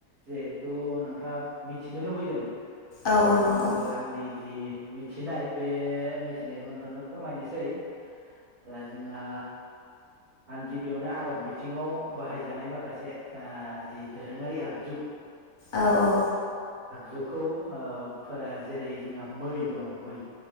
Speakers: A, on the right (about 40°); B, on the left (about 40°).
A: जिहेथु नोंथाङा मिथिनो लुबैदों।
B: औ औ नंगौ
A: आंबो आंनि जि मिथिनाय बे मिथिनायखौ नोंथांनो फोरमायनोसै दा जोंहा आं गिबियावनो आबाद बिथिङाव बाहायजानाय माखासे ओ जि दोरोङारि आगजु
B: औ औ
A: जुखौ ओ फोरा जेरै जोंहा मै दङ मै